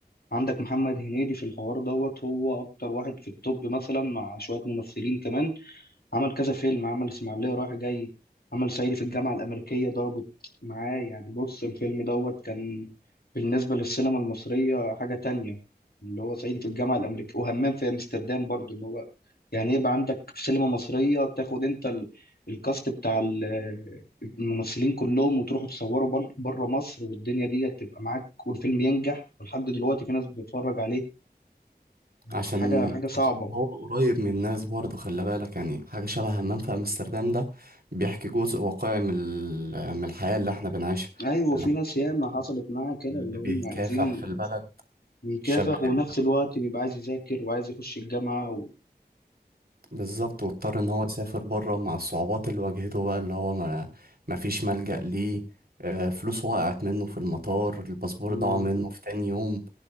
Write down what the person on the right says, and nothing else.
عشان
عشان هو قريب من الناس برضو خلي بالك يعني حاجة شبه همام في أمستردام ده بيحكي جزء واقعي من ال... من الحياة اللي احنا بنعيشها
اللي
هو
الشاب
اللي
بيكافح
في البلد
الشاب اللي
بيكافح
بالظبط واضطر ان هو يسافر بره مع الصعوبات اللي واجهته بقى اللي هو ما ما فيش ملجأ ليه آه، فلوسه وقعت منه في المطار الباسبور
ضاع منه في تاني يوم